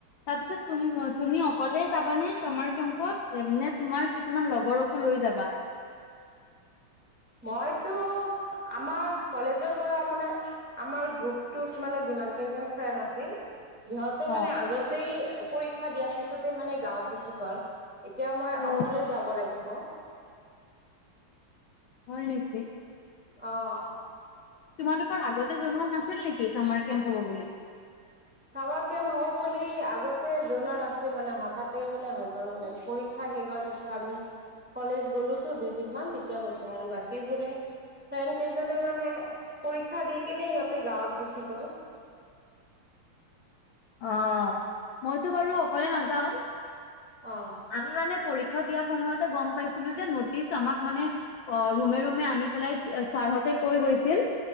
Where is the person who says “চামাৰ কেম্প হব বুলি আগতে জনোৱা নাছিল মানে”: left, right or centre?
Centre